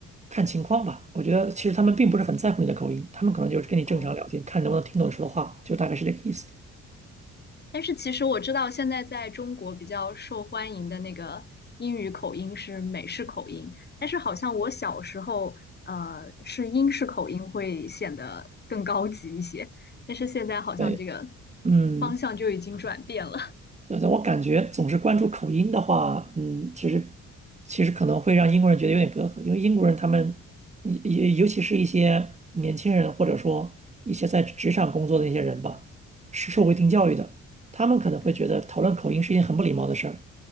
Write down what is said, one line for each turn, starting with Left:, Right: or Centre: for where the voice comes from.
Right: 看情况吧。我觉得其实他们并不是很在乎你的口音，他们可能就是跟你正常聊天，
Left: <laughs> 哦。
Right: 看能不能听懂你说的话，就大概是这个意思。
Left: 但是其实我知道，现在在中国比较受欢迎的那个英语口音是美式口音，但是好像我小时候，呃，是英式口音会显得更高级一些，但是现在好像这个
Right: 对，嗯，
Left: 方向就已经转变了。
Right: 对的，我感觉总是关注口音的话，嗯，其实其实可能会让英国人觉得有点隔阂，因为英国人他们也也尤其是一些年轻人，或者说一些在职场工作的一些人吧，是受过一定教育的，他们可能会觉得讨论口音是一件很不礼貌的事儿。
Left: <laughs> 嗯，